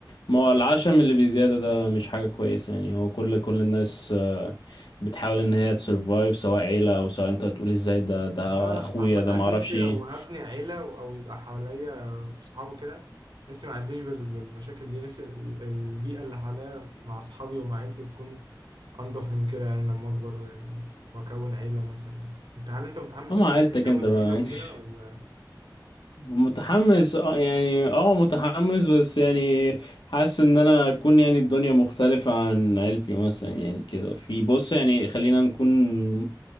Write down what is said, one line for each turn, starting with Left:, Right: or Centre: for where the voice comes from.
Left: ما هو العشم اللي بزيادة ده مش حاجة كويسة يعني هو كل كل الناس آه، بتحاول ان هي تسرفايف سواء عيلة او سواء انت تقول ازاي ده ده
Right: بس انا
Left: اخويا
Right: عامة
Left: ده معرفش
Right: نفسي لو
Left: ايه
Right: هبني عيلة و- او يبقى حواليا صحابه كده نفسي ما اعديش بال... بالمشاكل دي نفسي ال- البيئة اللي حواليا مع اصحابي ومع عيلتي تكون انضف من كده يعني لما اكبر يعني واكون عيلة مثلا انت هل انت متحمس
Left: اما
Right: مثلا
Left: عيلتك
Right: انت تكون
Left: انت بقى
Right: عيلة
Left: يعني
Right: وكده
Left: <laughs>
Right: ولا
Left: متحمس اه يعني اه متحمس بس يعني حاسس ان انا اكون يعني الدنيا مختلفة عن عيلتي مثلا يعني كده في بص يعني خلينا نكون